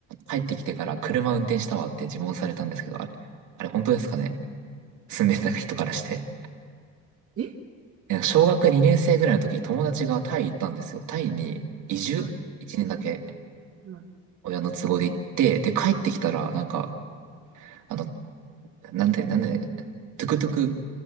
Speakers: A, on the right (about 65°); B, on the right (about 45°).
A: 帰ってきてから車運転したわって自問されたんですけど、あれ、あれ本当ですかね住んでた人からして。
B: え
A: なんか小学2年生ぐらいの時に友達がタイ行ったんですよ。タイに移住
B: は
A: ?1 年だけ
B: い。はい。
A: 親の都合で行って、で帰ってきたらなんか、あの、なんで、なんで、トゥクトゥク、